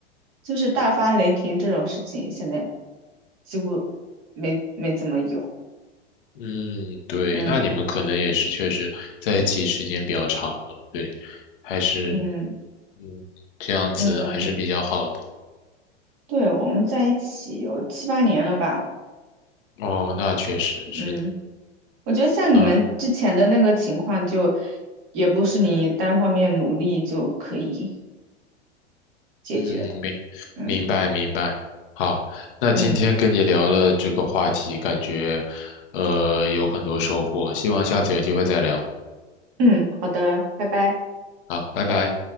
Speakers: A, on the right; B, on the left.
A: 就是大发雷霆这种事情，现在几乎没没怎么有。
B: 嗯，对，
A: 嗯
B: 那你们可能也是确实在一起时间比较长了，对，还是，
A: 嗯
B: 嗯，这样子还是比较好的。
A: 嗯，对，我们在一起有七八年了吧？
B: 哦，那确实是的，
A: 嗯，我觉得像你们之前的那个情况就，
B: 那，
A: 也不是你单方面努力就可以解决的。
B: 嗯，明，
A: 嗯
B: 明白明白。好，那今天跟你聊了这个话题，
A: 嗯
B: 感觉，呃，有很多收获，希望下次有机会再聊。
A: 嗯，好的，拜拜。
B: 好，拜拜。